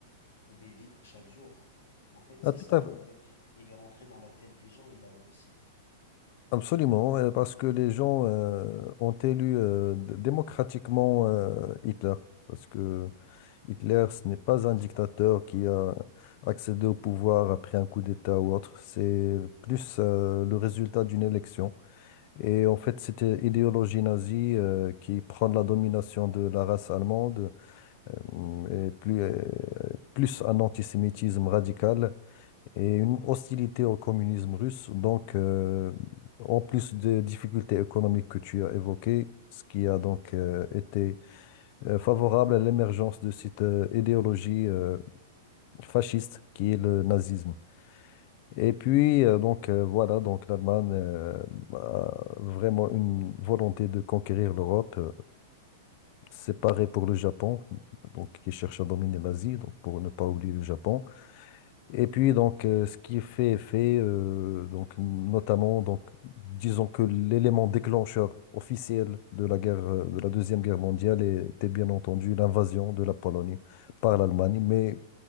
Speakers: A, on the left; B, on the left.
A: pouvaient vivre chaque jour. En fait,
B: Ah,
A: c'est
B: tout
A: ça.
B: à fait.
A: En fait, il est rentré dans la tête des gens, il a réussi.
B: Absolument, euh, parce que les gens euh, ont élu euh, d- démocratiquement euh, Hitler. Parce que Hitler, ce n'est pas un dictateur qui a accédé au pouvoir après un coup d'État ou autre. C'est plus euh, le résultat d'une élection. Et en fait, c'était l'idéologie nazie euh, qui prend la domination de la race allemande euh, et plus, euh, plus un antisémitisme radical et une hostilité au communisme russe. Donc, euh, en plus des difficultés économiques que tu as évoquées, ce qui a donc euh, été euh, favorable à l'émergence de cette euh, idéologie euh, fasciste qui est le nazisme. Et puis, euh, donc, euh, voilà, donc l'Allemagne euh, a vraiment une volonté de conquérir l'Europe. euh, C'est pareil pour le Japon, donc qui cherche à dominer l'Asie, donc pour ne pas oublier le Japon. Et puis donc euh, ce qui est fait est fait, euh, donc notamment donc disons que l'élément déclencheur officiel de la guerre euh, de la Deuxième Guerre mondiale était bien entendu l'invasion de la Pologne par l'Allemagne, mais